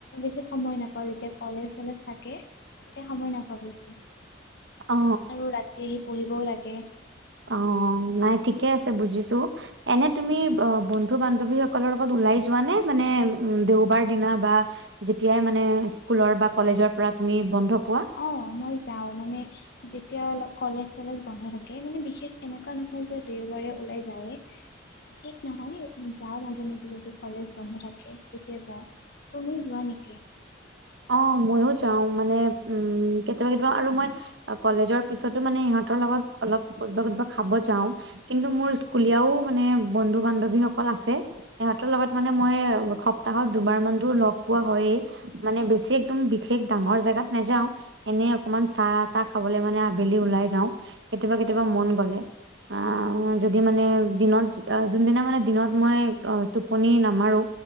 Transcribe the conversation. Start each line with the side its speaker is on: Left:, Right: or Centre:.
Left: বেছি সময় নাপাওঁ যেতিয়া কলেজ- চলেজ থাকে তেতিয়া সময় নাপাওঁ বেছি।
Right: অ
Left: আৰু ৰাতি আহি পঢ়িবও লাগে।
Right: অঁ নাই ঠিকে আছে বুজিছো। এনেই তুমি অঁ বন্ধু- বান্ধৱী সকলৰ লগত ওলাই যোৱা নে, মানে দেওবাৰ দিনা বা' যেতিয়াই মানে- স্কুলৰ বা কলেজৰ পৰা তুমি বন্ধ পোৱা
Left: অঁ মই যাওঁ, মানে যেতিয়া অলপ- কলেজ- চলেজ বন্ধ থাকে, মানে বিশেষ এনেকুৱা নহয় যে' দেওবাৰে ওলাই যাওঁয়ে, ঠিক নহয় যাওঁ মাজে, মাজে যদি কলেজ বন্ধ থাকে তেতিয়া যাওঁ। তুমি যোৱা নেকি?
Right: অঁ মইও যাওঁ। মানে উম কেতিয়াবা, কেতিয়াবা আৰু মই কলেজৰ পিছতো মানে ইহঁতৰ লগত অলপ কেতিয়াবা, কেতিয়াবা খাব যাওঁ। কিন্তু মোৰ স্কুলীয়াও মানে বন্ধু- বান্ধৱী সকল আছে। সিহঁতৰ লগত মানে মই সপ্তাহত দুবাৰ মান'তো লগ পোৱা হয়য়েই। মানে বেছি একদম বিশেষ ডাঙৰ জেগাত নাযাওঁ। এনেই অকমান চাহ- তাহ খাবলৈ মানে আবেলি ওলাই যাওঁ কেতিয়াবা, কেতিয়াবা মন গলে। আঁহ যে মানে দিনত যোন দিনা, মানে দিনত মই অঁ টোপনি নামাৰো।